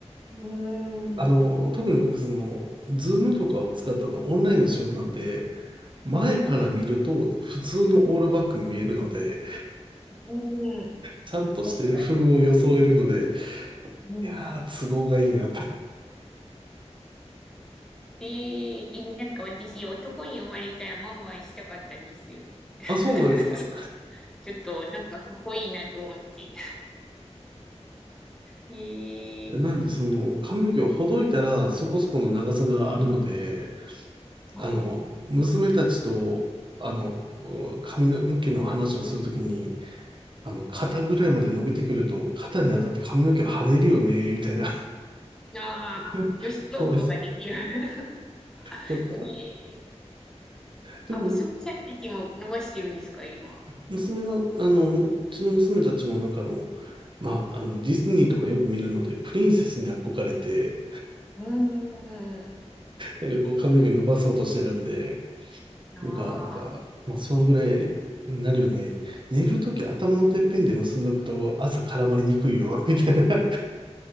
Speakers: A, in the centre; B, on the right (about 45°).
A: うーん。
B: あの、特に僕、その、ズームとかを使ったの、オンラインの仕事なんで、前から見ると、
A: はい。う
B: 普通のオールバックに見えるので、
A: ーん。
B: ちゃんとしてる風を装えるので、
A: 確かに。うん。
B: いやー、都合がいいなと。
A: えー、えなんか私、男に生まれたらワンバンしたかったんですよね。<laughs>
B: あ、そうなんですか。
A: そうちょっと、なんか、かっこいいなと思って。<laughs> えー、
B: なんで、その、髪の毛をほどいたら、そこそこの長さがあるので、
A: はい。はい。
B: あの、娘たちと、あの、髪の毛の話をするときに、あの、肩ぐらいまで伸びてくると、肩に当たって髪の毛跳ねるよね、みたいな。
A: ああ、
B: <laughs>
A: 女子トークができる。
B: そう、
A: <laughs>
B: とか。
A: えー
B: でもなんか、
A: あ、無んたちも伸ばしてるんですか、今。
B: 娘が、あの、うちの娘たちもなんかあの、まあ、あの、ディズニーとかよく見るので、プリンセスに憧れて、
A: うーん。
B: なんかこう髪の毛伸ばそうとしてるんで、
A: いやー。
B: だから、なんか、まあ、そのぐらいになるよね。寝るとき頭のてっぺんで結んどくと朝絡まりにくいよ、<laughs> みたいな。<laughs>